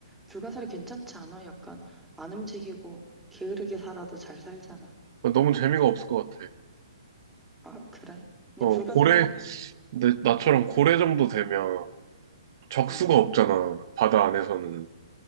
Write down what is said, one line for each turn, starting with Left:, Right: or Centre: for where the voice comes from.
Centre: 불가사리 괜찮지 않아? 약간 안 움직이고 게으르게 살아도 잘 살잖아.
Right: 어, 너무 재미가 없을 것 같아.
Centre: 아, 그래? 그냥
Right: 어,
Centre: 불가사리?
Right: 고래, 내, 나처럼
Centre: 응.
Right: 고래 정도 되면 적수가
Centre: 응.
Right: 없잖아. 바다 안에서는.